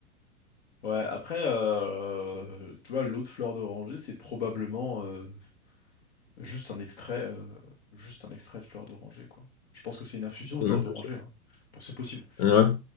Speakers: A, on the left; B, on the left.
A: Ouais, après, euh, tu vois, l'eau de fleur d'oranger, c'est probablement euh, juste un extrait, euh, juste un extrait de fleur d'oranger, quoi. Je pense que c'est une infusion de
B: Oui,
A: fleur
B: bien
A: d'oranger,
B: sûr.
A: hein. Bon, c'est possible.
B: Ouais.